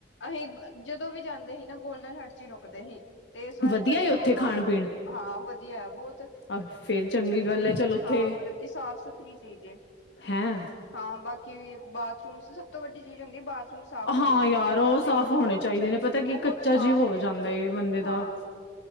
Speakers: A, on the left; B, on the left.
A: ਅਹੀਂ ਜਦੋਂ ਵੀ ਜਾਂਦੇ ਸੀ ਨਾ ਗੋਲਡਨ ਹਟ 'ਚ ਹੀ ਰੁਕਦੇ ਸੀ ਤੇ ਇਸ ਵਾਰੀ
B: ਵਧੀਆ ਏ ਉੱਥੇ
A: ਮਨੰਤ
B: ਖਾਣ ਪੀਣ
A: ਹਾਂ ਵਧੀਆ ਬਹੁਤ
B: ਆ ਫੇਰ ਚੰਗੀ ਗੱਲ
A: ਤੇ
B: ਏ ਚਲ ਉੱਥੇ
A: ਹਾਂ ਮਤਲਬ ਕਿ ਸਾਫ਼ ਸੁਥਰੀ ਚੀਜ਼ ਏ
B: ਹੈਂ
A: ਹਾਂ ਬਾਕੀ ਬਾਥਰੂਮਸ ਸਭ ਤੋਂ ਵੱਡੀ ਚੀਜ਼ ਹੁੰਦੀ ਬਾਥਰੂਮਸ ਸਾਫ਼ ਹੋਣ
B: ਹਾਂ ਯਾਰ ਉਹ
A: ਤੇ
B: ਸਾਫ਼
A: ਬਹੁਤ
B: ਹੋਣੇ ਚਾਹੀਦੇ ਨੇ ਪਤਾ
A: ਬਹੁਤ
B: ਕੀ ਕੱਚਾ
A: ਸਾਫ
B: ਜੀ ਹੋ
A: ਨੇ ਉੱਥੇ
B: ਜਾਂਦਾ ਏ ਬੰਦੇ ਦਾ
A: ਹਾਂ